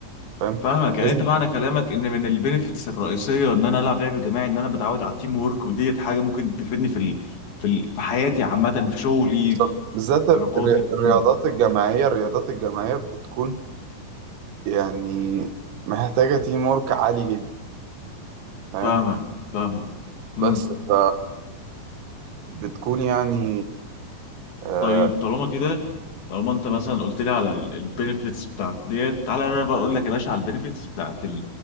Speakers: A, on the right (about 85°); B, on the left (about 60°).
A: فاهم
B: فاهمك يعني
A: لازم
B: انت معنى كلامك ان من البينيفيتس الرئيسيه ان انا العب لعب جماعي ان انا بتعود على التيم وورك وديت حاجه ممكن تفيدني في ال... في ال... في حياتي عامه في شغلي
A: بالظبط.
B: في
A: بالذات الر-
B: علاقاتي في...
A: الرياضات الجماعيه الرياضات الجماعيه بتكون يعني محتاجه تيم ورك عالي جدا فاهم
B: فاهمك فاهمك امم
A: بس ف بتكون يعني آه
B: طيب طالما كده طالما انت مثلا قلت لي على البينيفيتس بتاعت ديت تعالى انا بقى اقول لك يا باشا على البينيفيتس بتاعت